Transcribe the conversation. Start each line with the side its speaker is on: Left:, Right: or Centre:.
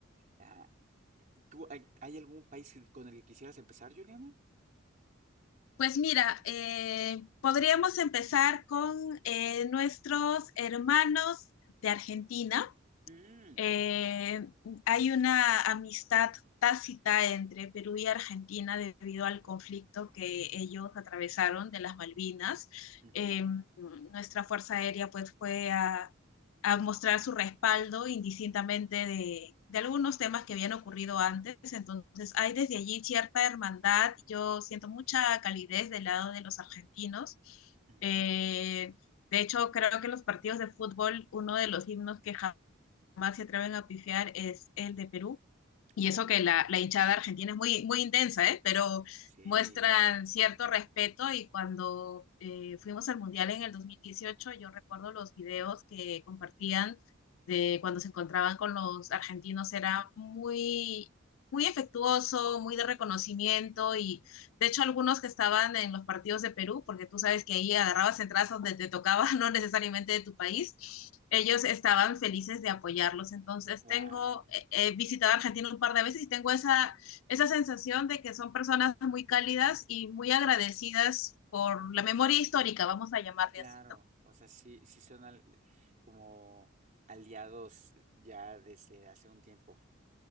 Right: Ah, ¿tú hay, hay algún país que- con el que quisieras empezar, Juliana?
Left: Pues mira, eh, podríamos empezar con eh, nuestros hermanos de Argentina.
Right: Mm,
Left: eh, hay una amistad tácita entre Perú y Argentina debido al conflicto que ellos atravesaron de las Malvinas.
Right: ujú,
Left: Eh, nuestra Fuerza Aérea pues fue a, a mostrar su respaldo indistintamente de, de, algunos temas que habían ocurrido antes. Entonces hay desde allí cierta hermandad. Yo siento mucha calidez del lado de los argentinos.
Right: ujú.
Left: Eh, de hecho, creo que los partidos de fútbol, uno de los himnos que jamás Max se atreven a pifiar es el de Perú, y
Right: Oh,
Left: eso que la, la hinchada argentina es muy, muy intensa, ¿eh? Pero
Right: sí.
Left: muestran cierto respeto y cuando eh, fuimos al Mundial en el 2018 yo recuerdo los videos que compartían de cuando se encontraban con los argentinos, era muy, muy efectuoso, muy de reconocimiento y de hecho algunos que estaban en los partidos de Perú, porque tú sabes que ahí agarrabas entradas donde te tocaba, <laughs> no necesariamente de tu país, ellos estaban felices de apoyarlos. Entonces
Right: Wow.
Left: tengo he visitado Argentina un par de veces y tengo esa, esa sensación de que son personas muy cálidas y muy agradecidas por la memoria histórica, vamos a llamarle
Right: Claro,
Left: así, ¿no?
Right: o sea, sí, sí son al- como aliados ya desde hace un tiempo.